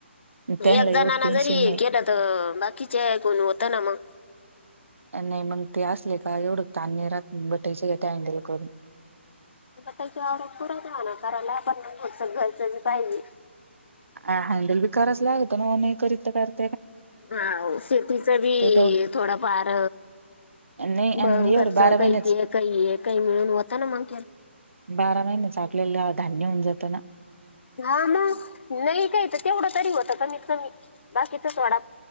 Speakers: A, on the right; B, on the left.
A: त्यांना
B: एक
A: एवढं
B: जणना
A: टेन्शन
B: जरी
A: नाही
B: केलं, तर बाकीचे कोण होत ना मग.
A: नाही मग ते असले का एवढं तान नाही राहत बटाई स ते हँडल करून.
B: त्याची आवड पुरणवा ना करायला आपणच घरचं पाहिजे.
A: अ हँडल बी करायच लागतं ना, नाही करीत तर कर
B: हा शेतीचा बी
A: तेवढ
B: थोडाफार
A: नाही
B: बघ
A: आणि
B: घरचं
A: एवढं बारा
B: काही
A: महिन्याच
B: ते काही ये काही मिळून होता ना मंग.
A: बारा महिने चा आपलेला धान्य होऊन जातं ना.
B: हा मग नाही काही तर तेवढं तरी होत कमी कमी बाकीचा थोडा